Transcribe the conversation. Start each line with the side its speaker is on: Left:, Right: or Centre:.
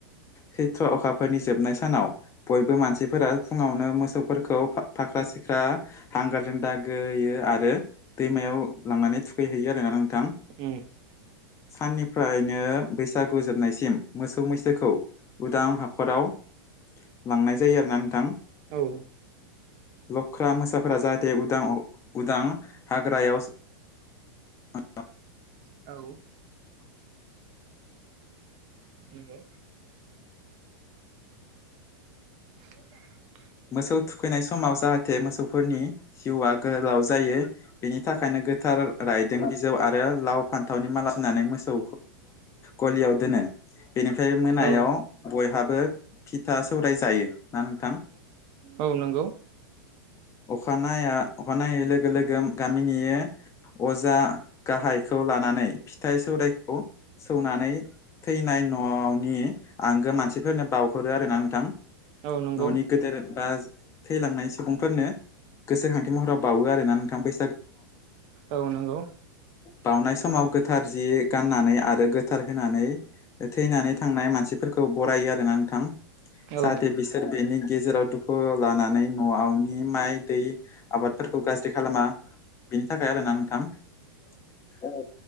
Left: सैत्र अखाफोरनि जोबनाय सानाव बयबो मानसिफोरा फुङावनो मोसौफोरखौ फाख्रा सिख्रा हांगारजों दागोयो आरो दैमायाव मोसौखौ लांनानै थुखै होयो आरो ना नोंथां।
Right: उम
Left: साननिफ्रायनो बैसा गुजोबनायसिम मोसौ मैसोखौ उदां हाखराव लांनाय जायो आरो ना नोंथां
Right: औ
Left: लख्रा मोसाफोरा जाहाथे उदां उदां हाग्रायाव <unintelligible>
Right: औ नोंगौ <inaudible>
Left: मोसौ थुखैनाय समाव जाहाथे मोसौफोरनि जिउआ गोलाव जायो गोथार रायदों बिजौ आरो लाव फान्थाव फान्थावनि माला होनानै मोसौ गलियाव दोनो बेनिफ्राय मोनायाव
Right: औ
Left: गय हाबो फिथा सौराय जायो ना नोंथां
Right: औ नोंगौ
Left: अखानाया अखानायै लोगो लोगो गामिनि अजा गाहायखौ लानानै फिथाइ सौरायाइखौ सौनानै थैनाय न'नि आंगो मानसिफोरनो बावहरो आरोना नोंथां
Right: औ नंगौ
Left: न'नि गोदोर बा थैलांनाय सुबुंफोरनो गोसोखांथि महराव बावोआरोना नोंथां बै
Right: औ नोंगौ
Left: बाउनाय समाव गोथार जि गाननानै आरो गोथार होनानै थैनानै थांनाय मानसिफोरखौ बरायो आरोना नोंथां
Right: औ
Left: जाहाथे बिसोर बेनि गेेजाराव दुखु खौ लानानै न'आवनि माइ दै आबादफोरखौ गाज्रि खालामा बिनि थाखाय आरोना नोंथां। औ।